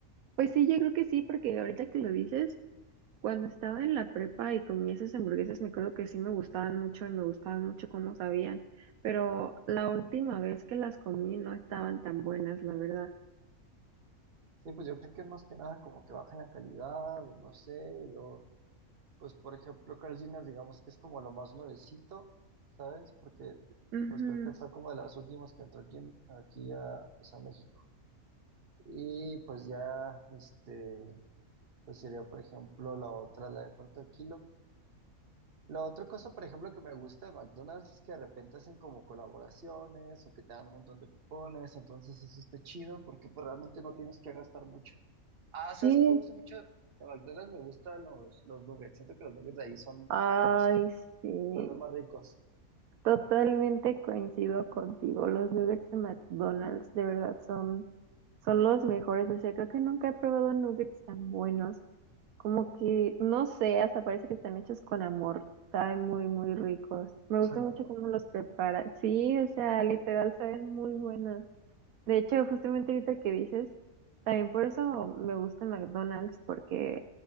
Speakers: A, on the right; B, on the right.
A: pues sí, yo creo que sí, porque ahorita que lo dices, Cuando estaba en la prepa y comí esas hamburguesas, me acuerdo que sí me gustaban mucho y me gustaban mucho cómo sabían, pero la última vez que las comí no estaban tan buenas, la verdad.
B: Sí, pues yo creo que es más que nada como que baja en la calidad, o no sé, y luego, pues por ejemplo, Carl Jr. digamos que es como lo más nuevecito, ¿sabes? Porque
A: Ujú.
B: pues creo que fue como de las últimas que entró aquí, en- aquí a, pues, a México. Y pues ya, este, pues sería, por ejemplo, la otra, la de cuarto de kilo. La otra cosa, por ejemplo, que me gusta de McDonald's es que de repente hacen como colaboraciones o que te dan un montón de cupones, entonces eso está chido porque pues, realmente no tienes que gastar mucho. Ah, ¿sabes
A: Sí,
B: que me gusta mucho de McDonald's? Me gustan los, los nuggets. Siento que los nuggets de ahí son,
A: ay,
B: creo que son,
A: sí,
B: son los más ricos,
A: totalmente coincido contigo. Los nuggets de McDonald's de verdad son, son los mejores. O sea, creo que nunca he probado nuggets tan buenos. Como que, no sé, hasta parece que están hechos con amor. Saben muy, muy ricos. Me
B: <laughs> con
A: gusta mucho
B: amor.
A: cómo los preparan. Sí, o sea, literal, saben muy buenas. De hecho, justamente ahorita que dices, también por eso me gusta McDonald's, porque